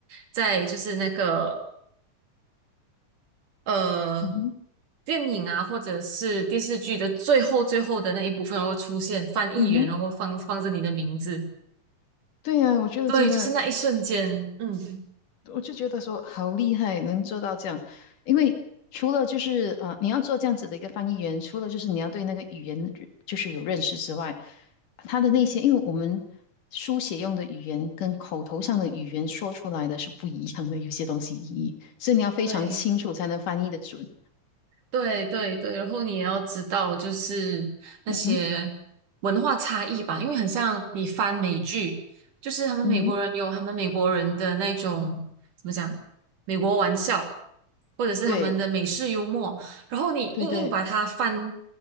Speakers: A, on the right; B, on the left.
A: 在就是那个呃
B: 嗯哼，
A: 电影啊，或者是电视剧的最后最后的那一部分然后出现翻译员，
B: 嗯哼，
A: 然后放放着你的名字。
B: 对呀，我觉得真的
A: 对，就是那一瞬间，嗯，
B: 我就觉得说好厉害，能做到这样。因为除了就是啊，你要做这样子的一个翻译员，除了就是你要对那个语言就是有认识之外，他的那些，因为我们书写用的语言跟口头上的语言说出来的是不一样的，有些东西意义，所以你要非常清楚才能翻译的准。
A: 对。对对对，然后你也要知道，就是那些
B: 嗯哼，
A: 文化差异吧，因为很像你翻美剧，就是他们美国人有他们美国人的那种怎么讲，
B: 嗯哼，
A: 美国玩笑，或者是他们的美式幽默，
B: 对
A: 然后你硬硬把它翻，
B: 对对，